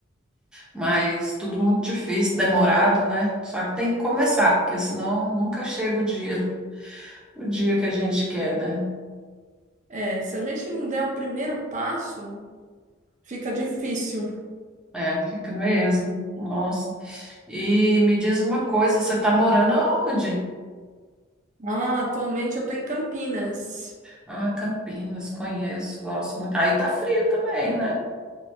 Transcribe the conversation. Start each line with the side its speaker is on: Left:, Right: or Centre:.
Centre: mas tudo muito difícil, demorado, né? Só que tem que começar, porque senão nunca chega o dia, o dia que a gente quer, né?
Right: É, se a gente não der o primeiro passo, fica difícil.
Centre: É, fica mesmo. Nossa. E me diz uma coisa, você está morando aonde?
Right: Ah, atualmente eu tô em Campinas.
Centre: Ah, Campinas, conheço, gosto muito. Aí tá frio também, né?